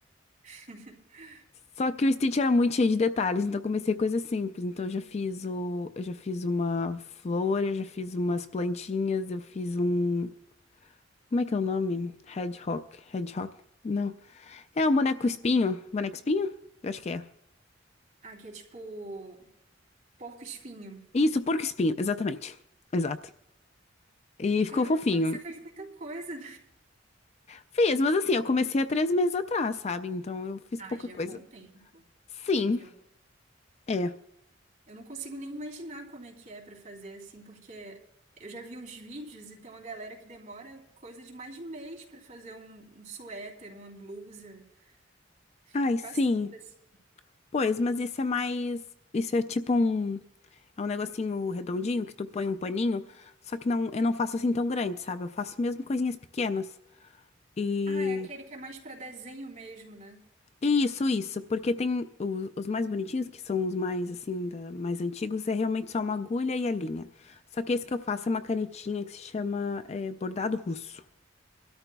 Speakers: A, on the right; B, on the left.
A: <laughs>
B: Só que o Stitch era muito cheio de detalhes, então eu comecei coisas simples. Então eu já fiz o, eu já fiz uma flor, eu já fiz umas plantinhas, eu fiz um, como é que é o nome? Hedgehog, Hedgehog? Não. É um boneco espinho, boneco espinho? Eu acho que é.
A: Ah, que é tipo porco-espinho.
B: Isso, porco espinho, exatamente. Exato. E
A: Caramba,
B: ficou fofinho.
A: você fez muita coisa.
B: Fiz, mas assim, eu comecei há três meses atrás, sabe? Então eu fiz
A: Ah,
B: pouca
A: já
B: coisa.
A: é um bom tempo.
B: Sim,
A: Já é um-
B: é.
A: Eu não consigo nem imaginar como é que é pra fazer assim, porque eu já vi uns vídeos e tem uma galera que demora coisa de mais de mês pra fazer um, um suéter, uma blusa. Fico
B: Ai,
A: passada
B: sim.
A: assim.
B: Pois, mas isso é mais, isso é tipo um É um negocinho redondinho que tu põe um paninho, só que não, eu não faço assim tão grande, sabe? Eu faço mesmo coisinhas pequenas. E
A: Ah, é aquele que é mais pra desenho mesmo, né?
B: e isso, isso, porque tem os, os mais bonitinhos, que são os mais assim, da- mais antigos, é realmente só uma agulha e a linha. Só que esse que eu faço é uma canetinha que se chama é, bordado russo.